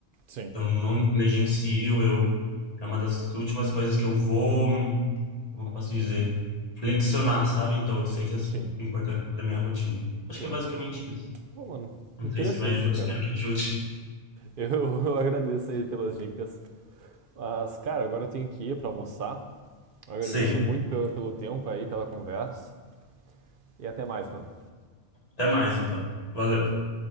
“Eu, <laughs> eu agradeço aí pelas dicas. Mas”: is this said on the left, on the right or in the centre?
Right